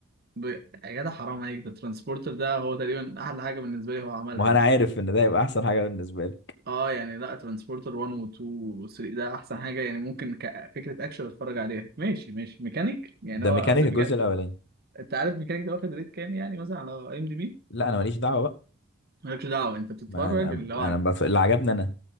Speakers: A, on the right (about 45°); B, on the left (about 55°).
A: ب... يا جدع حرام عليك ده ترانسبورتر ده هو تقريبا احلى حاجة بالنسبة لي هو عملها
B: ما انا
A: اصلا
B: عارف ان ده يبقى احسن حاجه بالنسبه لك
A: اه يعني لا ترانسبورتر 1 و 2 و 3 ده احسن حاجه يعني ممكن كفكره اكشن اتفرج عليها ماشي ماشي ميكانيك يعني
B: ذا
A: هو
B: ميكانيك
A: اصل
B: الجزء
A: ميكانيك
B: الاولاني
A: انت عارف ميكانيك ده واخد ريت كام يعني مثلا على اي ام دي بي
B: لا انا ماليش دعوه بقى
A: مالكش دعوه انت بتتفرج
B: ما انا
A: اللي هو
B: انا
A: عاجبك
B: بف... اللي عجبني انا